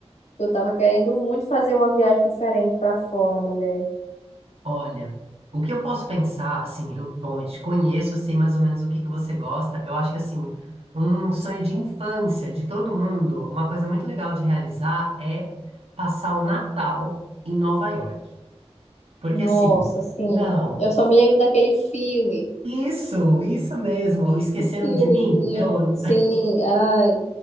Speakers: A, on the left (about 85°); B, on the right (about 60°).
A: Eu tava querendo muito fazer uma viagem diferente para fora, mulher.
B: Olha, o que eu posso pensar, assim, eu, bom, eu te conheço, eu sei mais ou menos o que que você gosta. Eu acho que, assim, um sonho de infância de todo mundo, uma coisa muito legal de realizar é passar o Natal em Nova York. Porque,
A: Nossa,
B: assim,
A: sim.
B: não,
A: Eu só me lembro daquele filme.
B: isso, isso mesmo, esqueceram
A: Filmezinho.
B: de mim? Eu,
A: Sim, ai.